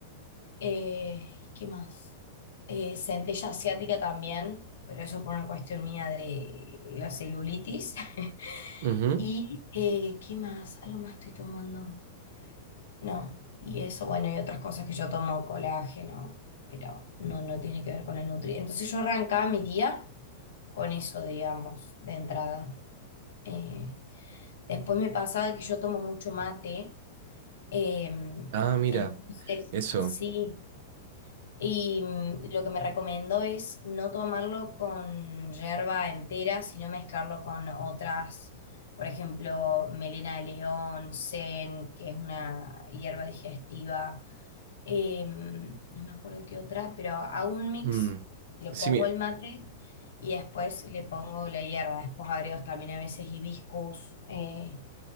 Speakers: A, on the left; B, on the right.
A: eh, ¿y qué más? Eh, centella asiática también, pero eso por una cuestión mía de la celulitis. <laughs>
B: ujú.
A: ¿Y eh, qué más? Algo más estoy tomando. No, y eso, bueno, y otras cosas que yo tomo, colágeno, pero no, no tiene que ver con la nutri. Entonces yo arrancaba mi día con eso, digamos, de entrada. Eh, después me pasaba que yo tomo mucho mate, eh,
B: Ah, mira,
A: entonces
B: eso.
A: sí, y mm, lo que me recomendó es no tomarlo con yerba entera, sino mezclarlo con otras, por ejemplo, melena de león, sen, que es una hierba digestiva eh, no me acuerdo qué otra, pero hago un mix,
B: Mm.
A: le
B: Sí,
A: pongo
B: mi-
A: el mate y después le pongo la hierba, después agrego también a veces hibiscus eh,